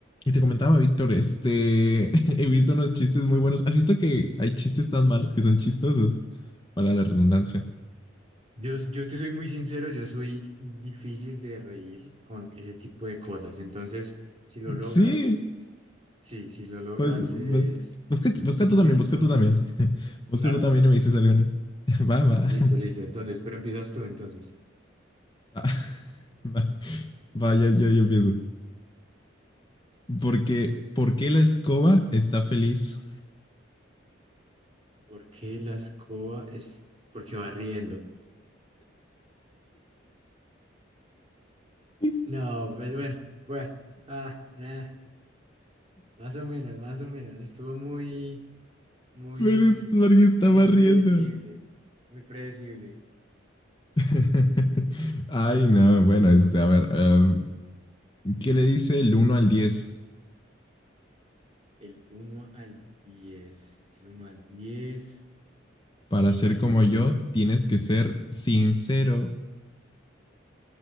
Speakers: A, on the left; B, on the right.
A: Y te comentaba, Víctor, este, <laughs> he visto unos chistes muy buenos. ¿Has visto que hay chistes tan malos que son chistosos? Para la redundancia.
B: Yo, yo te soy muy sincero, yo soy difícil de reír con ese tipo de cosas. Entonces, si lo logras,
A: Sí,
B: sí, si lo logras
A: pues,
B: es
A: pues, busca, busca
B: misión
A: tú también,
B: imposible.
A: busca tú también. <laughs> Busca
B: Claro,
A: tú también
B: claro,
A: y me
B: listo.
A: dices algunas. <laughs> Va, va,
B: Listo,
A: <laughs>
B: listo. Entonces, pero empiezas tú entonces.
A: va, va, va, yo, yo, yo empiezo.
B: Ya.
A: Porque, ¿por qué la escoba está feliz?
B: ¿Por qué la escoba es porque va riendo?
A: <laughs>
B: No, pues bueno, bueno, ah, ah, más o menos, más o menos. Estuvo muy, muy,
A: Pero es porque estaba
B: muy
A: riendo.
B: predecible, muy predecible.
A: <laughs> Ay, no, bueno, este, a ver, em, ¿Qué le dice el uno al diez
B: El uno al diez El uno al diez
A: Para
B: eh,
A: ser como yo, tienes que ser sincero.